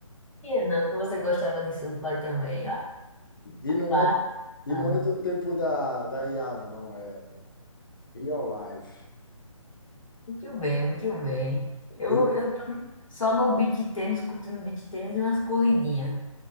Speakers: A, on the left; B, on the left.
A: E é não, que você gostava de surfar também. Ah,
B: E não
A: pá,
B: é, e
A: mano.
B: não é do tempo da, da IA, não, é real life.
A: Muito bem, muito bem. Eu,
B: Eu
A: eu tô só no beach tênis, curtindo beach tênis e umas corridinhas.